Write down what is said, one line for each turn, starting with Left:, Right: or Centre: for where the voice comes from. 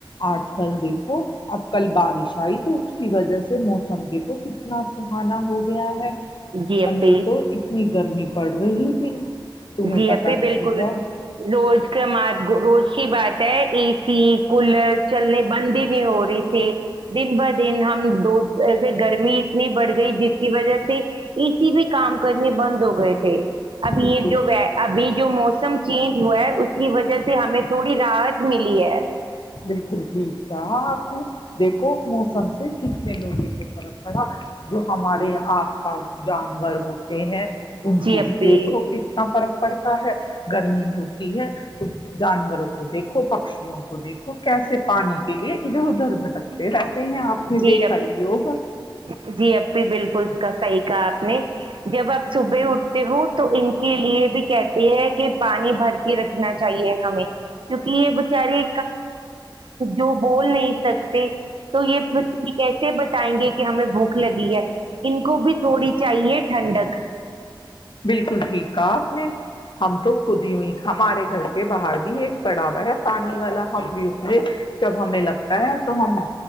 Left: آج کل دیکھو اب کل بارش ھائی تو اس کی وجہ سے موسم دیکھو کتنا سہانا ہو گیا ہے
Right: جی اپی
Left: اور نہیں تو اتنی گرمی پڑ رہی تھی تمہیں
Right: جی
Left: پتہ
Right: اھی بالکل
Left: نہیں ہے
Right: روز کمار روز اچھی بات ہے اے سی کولر چلنے بند ہی نہیں ہو رہ تھی دن ب دن ہم دو ای گرمی اتنی بڑھ گئی جس کی وجہ سے اسی بھی کام کرنے بند ہو گئے تھے اب
Left: بالکل
Right: یہ ابھی جو موسم چینج ہوا ہے اس کی وجہ سے ہمیں تھوڑی راحت ملی ہے
Left: بالکل ٹھیک کہا آپ نے دیکھو موسم سے کتنے لگے فرق پڑا جو ہمارے آس پاس جانور ہوتے ہیں ان
Right: جی
Left: کو
Right: اپی
Left: بھی دیکھو کتنا فرق پڑتا ہے گرمی ہوتی ہے تو جانوروں کو دیکھو پکشیوں کو دیکھو کیسے پانی کے لیے ادھر ادھر بھٹکتے رہتے ہیں آپ نے
Right: جی
Left: دیکھا
Right: ا
Left: ہی ہوگا
Right: جی ای بالکل سی کا آپ نے جب آپ صبح اٹھتے ہو تو ان کے لیے بھی کہتے ہے کہ پانی بھر کے رکھنا چاہیے ہمیں کیونکہ یہ بیچارے جو بول نہیں سکتے تو یہ کیسے آئیں گے کہ ہمیں بھوک لگی ہے ان کو بھی تھوڑی چاہیے ٹھنڈک
Left: بالکل ٹھیک تھا آپ نے ہم تو خود ہی ہوئی ہمارے گھر کے باہر بھی ایک پڑاوا ہے پانی والا ہم بھی اس میں جب ہمیں لگتا ہے تو ہونا